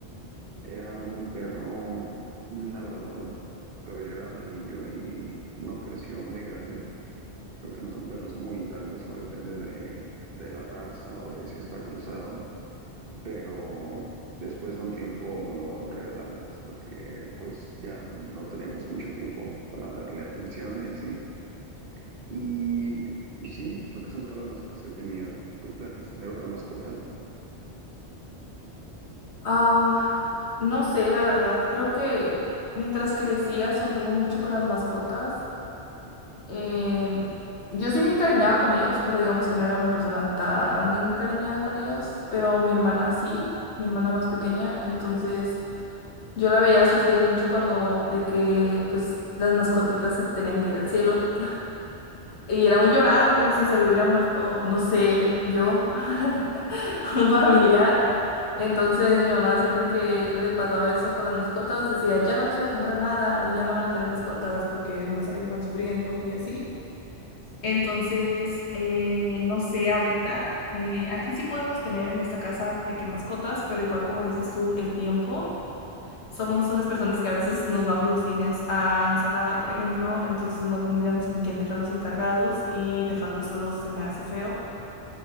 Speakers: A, on the right (about 60°); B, on the left (about 75°).
A: Era un perro, un labrador. Su cabello era amarillo y no creció muy grande. Creo que no son perros muy grandes o depende de, de la raza o de si está cruzado. Pero después de un tiempo lo regalamos porque pues ya no teníamos mucho tiempo para darle atención y así. Y, y sí, creo que son todas las mascotas que he tenido. ¿Tú planeas tener otra mascota?
B: Am, no sé, la verdad. Creo que mientras crecía sufrimos mucho con las mascotas. Em, yo sí me encariñaba con ellos, pero digamos que no era una persona tan encariñada con ellos. Pero mi hermana sí, mi hermana más pequeña, entonces... Yo la veía sufrir mucho cuando de que pues las mascotitas se tenían que ir al cielo y era un llorar como si se le hubiera muerto, no sé, yo, <laughs> un familiar. Entonces mi mamá siempre que le pasaba eso con las mascotas decía, ya no les voy a comprar nada y ya no van a tener mascotas porque nomás se la llevan sufriendo y así. Entonces, eh, no sé, ahorita eh, aquí sí podemos tener en esta casa de que mascotas, pero igual como dices tú, el tiempo. Somos unas personas que a veces nos vamos los fines a Ensenada, por ejemplo, entonces no tendríamos con quién dejarlos encargados y dejarlos solos se me hace feo.